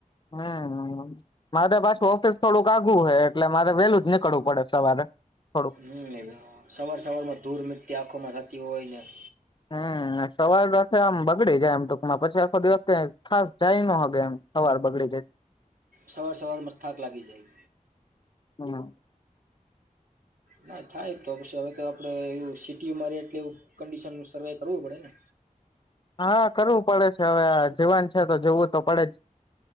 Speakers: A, on the left; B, on the right.
A: હમ મારે પાછું ઓફિસ થોડુંક આાગું હે એટલે મારે વેલું નીકળવું પડે સવારે થોડુંક
B: હમ સવાર સવારમાં ધૂર મિટ્ટી આંખમાં જાતી હોય ને
A: હમ ને સવાર આમ બગડી જાય એમ ટુકમાં પછી આખો દિવસ કંઈ ખાસ જાય ન હકે એમ સવાર બગડી જઈ
B: સવાર સવારમાં થાક લાગી જાય.
A: હમ.
B: ના થાય તો પછી હવે તો આપડે એવુ સિટીમાં રે એટલે એવું કંડિશન સર્વે કરવું પડે ને
A: હા કરવું પડે છે, હવે જવાન છે, તો જોવું તો પડે જ